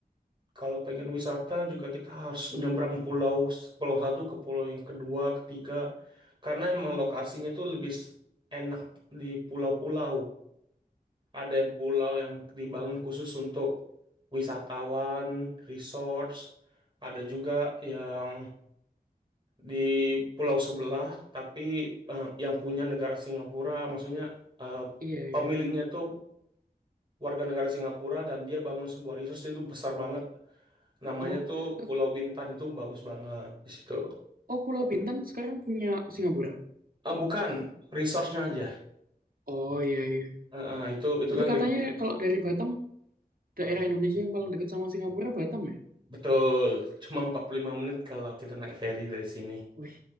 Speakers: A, on the right (about 30°); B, on the right (about 65°).
A: Kalau pengen wisata juga kita harus nyebrang pulau pulau satu ke pulau yang kedua, ketiga, karena emang lokasinya tuh lebih s- enak di pulau-pulau. Ada yang pulau yang dibangun khusus untuk wisatawan, resorts, ada juga yang di pulau sebelah, tapi eh, yang punya negara Singapura, maksudnya eh,
B: Iya,
A: pemiliknya
B: iya.
A: tuh warga negara Singapura dan dia bangun sebuah resort itu besar banget. Namanya
B: Oh,
A: tuh
B: eh,
A: Pulau Bintan itu bagus banget di situ.
B: oh Pulau Bintan sekarang punya Singapura.
A: Ah bukan, resource-nya aja.
B: Oh iya iya.
A: Eh, eh, itu itu
B: Itu
A: kan
B: katanya
A: gede.
B: kalau dari Batam daerah Indonesia yang paling dekat sama Singapura Batam ya?
A: Betul. Cuma 45 menit kalau kita naik ferry dari sini.
B: Wih,